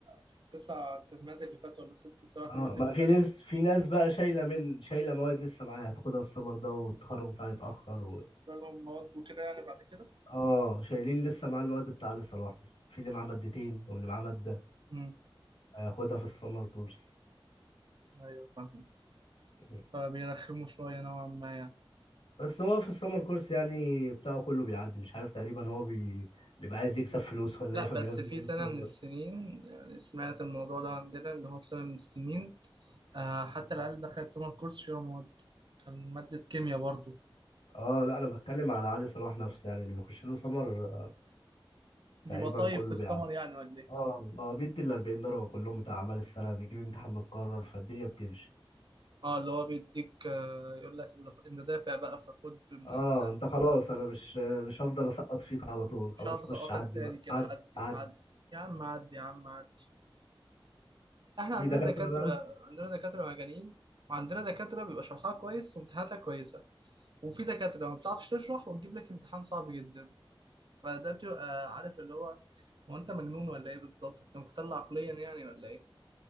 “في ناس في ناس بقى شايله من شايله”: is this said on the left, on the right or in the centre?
Left